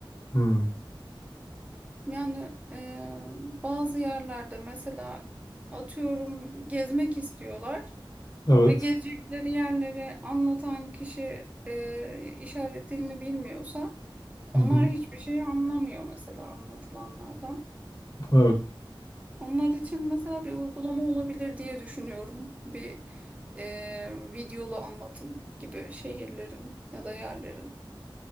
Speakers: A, on the left; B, on the right.
A: Hmm,
B: Yani eee, bazı yerlerde mesela atıyorum gezmek istiyorlar
A: evet.
B: ve gezecekleri yerleri anlatan kişi eee işaret dilini bilmiyorsa
A: Hı
B: onlar
A: hı,
B: hiçbir şey anlamıyor mesela anlatılanlardan.
A: evet.
B: Onlar için mesela bir uygulama olabilir diye düşünüyorum. Bir eee, videolu anlatım gibi şehirlerin ya da yerlerin.